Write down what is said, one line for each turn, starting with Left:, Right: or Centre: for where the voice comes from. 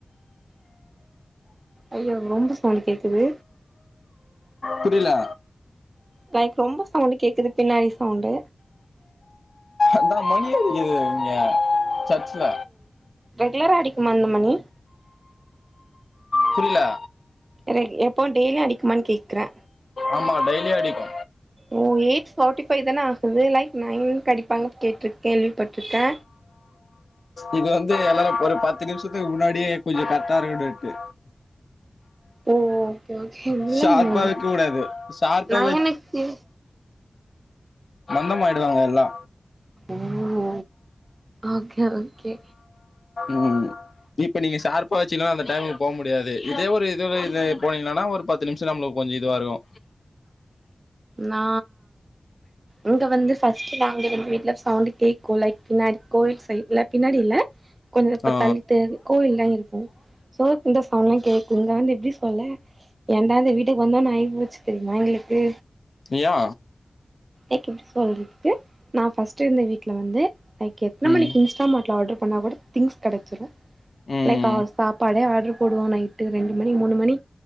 Right: அய்யோ ரொம்ப சவுண்ட் கேக்குது
Left: புரில
Right: லைக் ரொம்ப சவுண்டு கேக்குது பின்னாடி சவுண்டு
Left: இந்தா மணி அடிக்குது இங்க சர்ச்ல
Right: கிளரா அடிக்குமா அந்த மணி
Left: புரில
Right: ரெ எப்போ டெய்லியு அடிக்குமான்னு கேக்குறே
Left: ஆமா டெய்லியு அடிக்கு
Right: ஓ எயிட் ஃபார்ட்டி ஃபைவ் தானே ஆகுது லைக் நைன்க் அடிப்பாங்க கேட்டிருக் கேள்விப்பட்டுருக்க
Left: இங்க வந்து எல்லாரு ஒரு பத்து நிமிஷத்துக்கு முன்னாடியே கொஞ்சோ கரெக்டா இருக்கனுட்டு
Right: ஓ ஓகே ஓகே இல்ல
Left: ஷார்ப்பா
Right: மேம்
Left: வைக்க கூடாது ஷார்ப்பா
Right: நைனுக்கு
Left: மந்தமாயிடுவாங்க எல்லா
Right: ஓ ஓகே ஓகே
Left: ம் இப்ப நீங்க சார்ப்பா வச்சீங்னாதா அந்த டைமுக்கு போக முடி டியாது இதே ஒரு இதுல இது போனீங்னானா ஒரு பத்து நிமிஷோ நம்மளுக்கு கொஞ்சோ இதுவா இருக்கு
Right: நா இங்க வந்து ஃப்ர்ஸ்ட் நாங்க இருந்து வீட்டுல சவுண்ட் கேக்கு லைக் பின்னா னாடி கோவில் சைட்ல பின்னாடி இல்ல கொஞ்சோ இப்ப
Left: ஆ
Right: தள்ளித் தெரு கோவில்லா இருக்கு சோ இந்த சவுண்ட்ல்லா கேக்கு இங்க வந்து எப்டி சொல்ல ஏன்டா இந்த வீட்டுக்கு வந்தோன்னு ஆயிப் போச்சு தெரியுமா எங்களுக்கு
Left: யா
Right: எக் எப்டி சொல்றது நா ஃபஸ்ட் இருந்த வீட்டுல வந்து லைக் எத்தன
Left: ம்
Right: மணிக்கு இன்ஸ்டாமார்ட்ல ஆர்டர் பண்ணா கூட திங்ஸ் கெடச்சிரு
Left: ம்
Right: லைக் ஆர் சாப்பாடே ஆட்ரு போடுவோ நைட்டு ரெண்டு மணி மூணு மணி